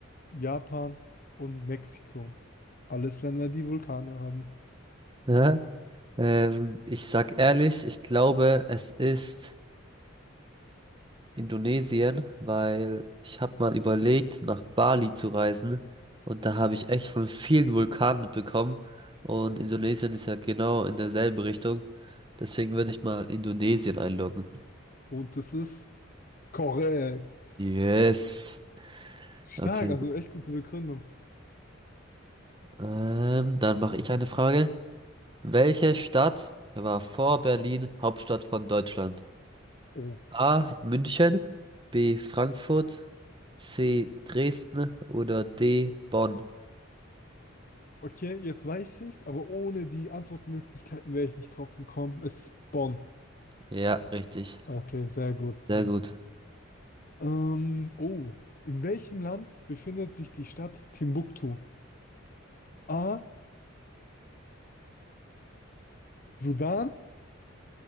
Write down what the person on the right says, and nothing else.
<laughs> ja. Ähm, ich sag ehrlich, ich glaube, es ist Indonesien, weil ich habe mal überlegt, nach Bali zu reisen und da habe ich echt von vielen Vulkanen mitbekommen und Indonesien ist ja genau in derselben Richtung. Deswegen würde ich mal Indonesien einloggen.
Yes.
Okay.
Ähm, dann mache ich eine Frage. Welche Stadt war vor Berlin Hauptstadt von Deutschland?
A. München, B. Frankfurt, C. Dresden oder D. Bonn?
Ja, richtig.
Sehr gut.